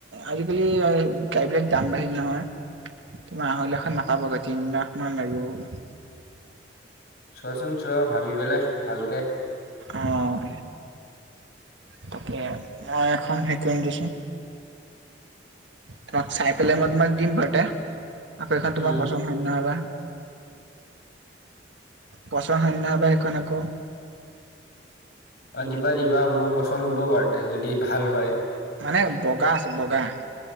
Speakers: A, on the right; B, on the left.
A: আজিকালি গাড়ী বিলাক দাম বাঢ়িল নহয়। তোমাৰ আঢ়ৈ লাখত নাপাবগৈ। তিন লাখ মান লাগিব।
B: চোৱাচোন চোৱা ভাবি পেলাই, ভালকে।
A: অ', তাকে। মই এখন <unintelligible> তোমাক চাই পেলাই মই তোমাক দিম বাৰুতে। আকৌ সেইখন তোমাৰ
B: উম।
A: পচন্দ হয় নে নহয় বা? পচন্দ হয় নে নহয় বা সেইখন আকৌ?
B: অ' দিবা, দিবা মোৰ পচন্দ হ'ব বাৰুতে, যদি ভাল হয়।
A: মানে বগা আছে, বগা।